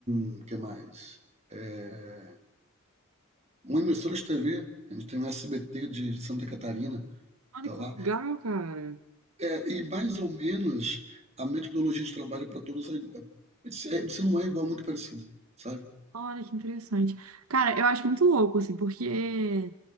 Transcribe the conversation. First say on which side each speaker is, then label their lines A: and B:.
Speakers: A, on the right (about 30°); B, on the right (about 85°).
A: o que mais? É, uma emissora de TV, a gente tem o SBT de Santa Catarina, que
B: Olha
A: está
B: que
A: lá,
B: legal, cara.
A: é, e mais ou menos a metodologia de trabalho para todos é, igu- é, se é- se não é igual, é muito parecida, sabe?
B: Olha que interessante. Cara, eu acho muito louco, assim, porque